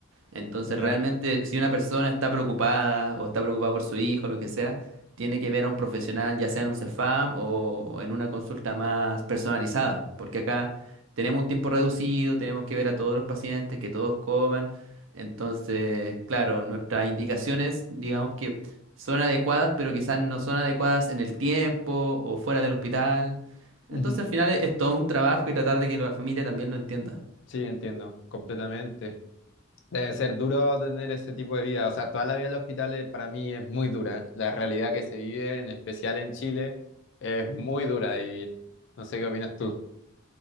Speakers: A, on the right; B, on the left.
A: Entonces,
B: Ya.
A: realmente, si una persona está preocupada o está preocupada por su hijo, lo que sea, tiene que ver a un profesional, ya sea en un CEFAM o en una consulta más personalizada, porque acá tenemos un tiempo reducido, tenemos que ver a todos los pacientes, que todos coman. Entonces, claro, nuestras indicaciones, digamos que son adecuadas, pero quizás no son adecuadas en el tiempo o fuera del hospital.
B: Ujú.
A: Entonces, al final es es todo un trabajo y tratar de que la familia también lo entienda.
B: Sí, entiendo, completamente. Debe ser duro tener ese tipo de vida. O sea, toda la vida en los hospitales para mí es muy dura. La realidad que se vive, en especial en Chile, es muy dura de vivir. No sé qué opinas tú.